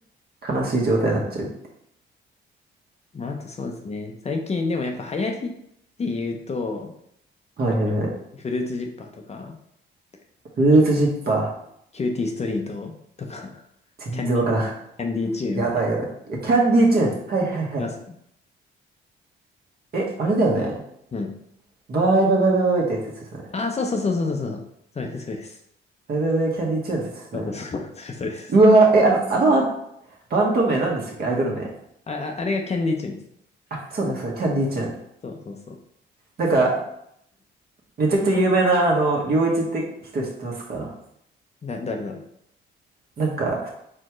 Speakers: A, on the right (about 50°); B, on the left (about 35°).
A: 悲しい状態になっちゃう。
B: まあ、あとそうですね。最近、でもやっぱ流行りっていうと、
A: はいはいはい。
B: やっぱ、フルーツジッパーとか、
A: フルーツジッパ
B: キュキューティーストリートとか、<laughs>
A: ー。
B: キャンディー、
A: 全然わからん。
B: キャンディーチューンみたい
A: やばいやばい。いや、キャンディーチューン。はいはいはい。
B: な。いますか
A: え、あれだよね。
B: うん。
A: バイバイバイバイバイってやつですね。
B: ああ、そうそうそうそうそうそう。それです、それです。
A: バイバイバイキャンディーチューンってやつですね。
B: そうそうそう。それ、それです。
A: うわ、え、あの、あの、あバンド名なんでしたっけアイドル名。
B: あ、あ、あれがキャンディーチューンです。
A: あ、そうだそうだ、キャンディーちゃん。
B: そうそうそう。
A: なんか、めちゃくちゃ有名な、あの、良一って人知ってますか
B: だ、誰だろう。
A: なんか、